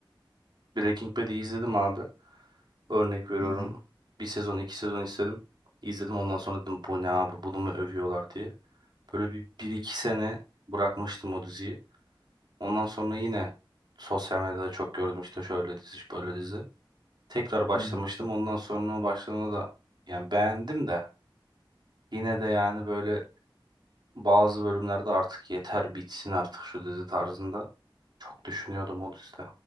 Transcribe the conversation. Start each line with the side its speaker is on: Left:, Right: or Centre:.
Right: Breaking Bad'i izledim abi. Örnek veriyorum.
Left: Hı hı.
Right: Bir sezon, iki sezon istedim. İzledim ondan sonra dedim bu ne abi bunu mu övüyorlar diye. Böyle bir, bir iki sene bırakmıştım o diziyi. Ondan sonra yine sosyal medyada çok gördüm işte şöyle dizi, böyle dizi. tekrar başlamıştım.
Left: Hı hı.
Right: Ondan sonra o başlamada da yani beğendim de yine de yani böyle bazı bölümlerde artık yeter bitsin artık şu dizi tarzında çok düşünüyordum o dizide.